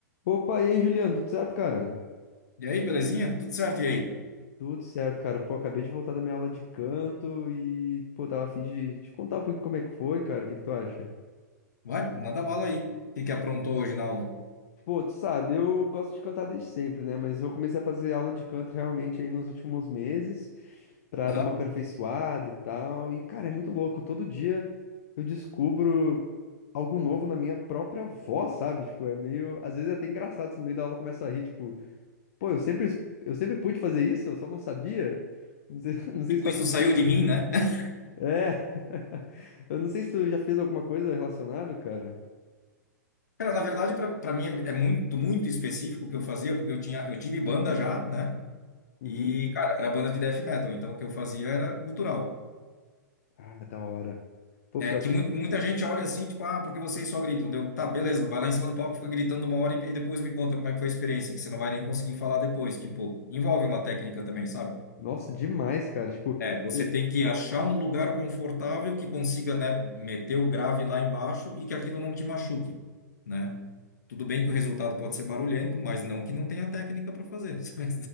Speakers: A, on the left; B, on the left.
A: Opa, e aí, Juliano, tudo certo, cara?
B: E aí, belezinha? Tudo certo? E aí?
A: Tudo certo, cara. Pô, acabei de voltar da minha aula de canto e, pô, tava a fim de te contar um pouquinho como é que foi, cara. O que que tu acha?
B: Vai, manda bala aí. O que que aprontou hoje na aula?
A: Pô, tu sabe, eu gosto de cantar desde sempre, né? Mas eu comecei a fazer aula de canto realmente aí nos últimos meses pra
B: Aham.
A: dar uma aperfeiçoada e tal. E, cara, é muito louco. Todo dia eu descubro algo novo na minha própria voz, sabe? Tipo, é meio. Às vezes é até engraçado, assim, no meio da aula começa a rir, tipo. Pô, eu sempre, eu sempre pude fazer isso, eu só não sabia. Não sei, <laughs> não sei
B: Tipo,
A: se faz
B: isso
A: sentido.
B: saiu de mim, né? <laughs>
A: É, <laughs> eu não sei se tu já fez alguma coisa relacionada, cara.
B: Cara, na verdade, pra pra mim é é muito, muito específico o que eu fazia, porque eu tinha, eu tive banda já, né?
A: Uhum.
B: E, cara, era banda de death metal, então o que eu fazia era gutural.
A: Ah, da hora. Pô,
B: É
A: pior
B: que
A: que.
B: mu- muita gente olha assim, tipo, ah, porque vocês só gritam, deu? Tá, beleza, vai lá em cima do palco, fica gritando uma hora e e depois me conta como é que foi a experiência, que você não vai nem conseguir falar depois. Tipo, envolve uma técnica também, sabe?
A: Nossa, demais, cara. Tipo,
B: É, você
A: eu-
B: tem que achar um lugar confortável que consiga, né, meter o grave lá embaixo e que aquilo não te machuque, né? Tudo bem que o resultado pode ser barulhento, mas não que não tenha técnica para fazer. <laughs> sabe?